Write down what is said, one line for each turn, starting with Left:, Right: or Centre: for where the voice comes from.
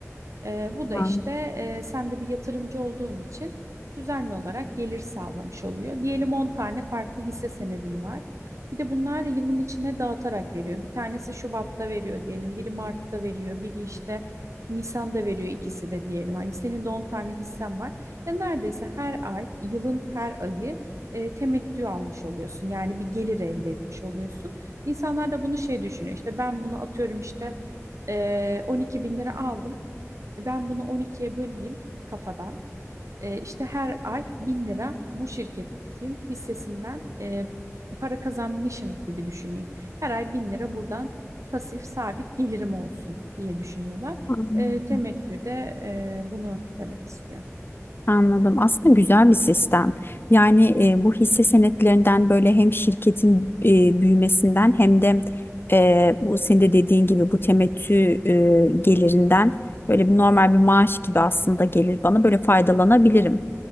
Right: Ee, bu da
Left: Ha,
Right: işte e, sen de bir yatırımcı olduğun için düzenli olarak gelir sağlamış oluyor. Diyelim 10 tane farklı hisse senedin var. Bir de bunlar yılın içine dağıtarak veriyor. Bir tanesi Şubat'ta veriyor diyelim, biri Mart'ta veriyor, biri işte Nisan'da veriyor ikisi de diyelim. Hani senin de 10 tane hissen var. Ya neredeyse her ay, yılın her ayı e, temettü almış oluyorsun. Yani bir gelir elde etmiş oluyorsun. İnsanlar da bunu şey düşünüyor. İşte ben bunu atıyorum işte e, 12 bin lira aldım. E, Ben bunu 12'ye böleyim kafadan. E, işte her ay 1000 lira bu şirketin hissesinden e, para kazanmışım gibi düşüneyim. Her ay 1000 lira buradan pasif sabit gelirim olsun diye düşünüyorlar.
Left: Anladım.
Right: E, temettü de e, bunu demek istiyor.
Left: Anladım. Aslında güzel bir sistem. Yani e, bu hisse senetlerinden böyle hem şirketin e, büyümesinden hem de e, bu senin de dediğin gibi bu temettü e, gelirinden böyle bir normal bir maaş gibi aslında gelir bana böyle faydalanabilirim.